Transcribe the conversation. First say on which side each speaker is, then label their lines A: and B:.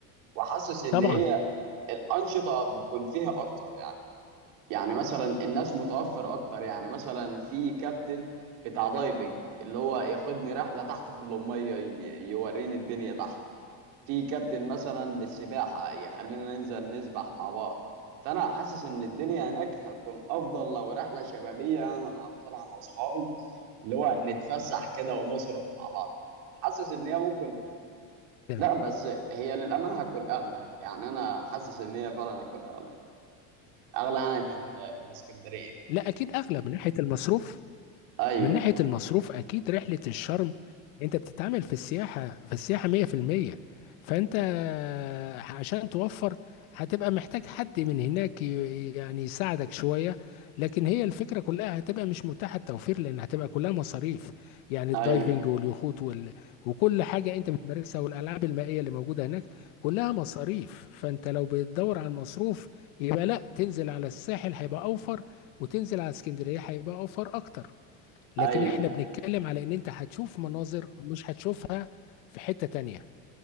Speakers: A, on the right; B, on the left.
A: وحاسس إن
B: طبعا
A: هي الانشطه بتكون فيها اكتر يعني يعني مثلا الناس متوفر اكتر يعني مثلا في كابتن بتاع دايفنج اللي هو ياخدني رحله تحت في اللميه ي- يوريني الدنيا تحت في كابتن مثلا للسباحه يخلينا ننزل نسبح مع بعض فانا حاسس ان الدنيا هناك هتكون افضل لو رحله شبابيه يعني انا طالع انا واصحابي اللي هو نتفسح كده ونصرف مع بعض حاسس ان هي ممكن
B: تمام
A: لا بس هي للامانه هتكون اغلى يعني انا حاسس ان هي فعلا هتكون اغلى اغلى انا من من اسكندريه
B: لا اكيد اغلى من ناحيه المصروف
A: ايوه
B: من ناحية المصروف أكيد رحلة الشرم أنت بتتعامل في السياحة في السياحة 100% فأنت عشان توفر هتبقى محتاج حد من هناك ي- يعني يساعدك شوية لكن هي الفكرة كلها هتبقى مش متاحة التوفير لأن هتبقى كلها مصاريف يعني
A: ايوه
B: الدايفنج واليخوت وال... وكل حاجة أنت بتمارسها والألعاب المائية اللي موجودة هناك كلها مصاريف فأنت لو بتدور على المصروف يبقى لا تنزل على الساحل هيبقى أوفر وتنزل على اسكندرية هيبقى أوفر أكتر لكن
A: ايوه
B: احنا بنتكلم على ان انت هتشوف مناظر مش هتشوفها في حتة تانية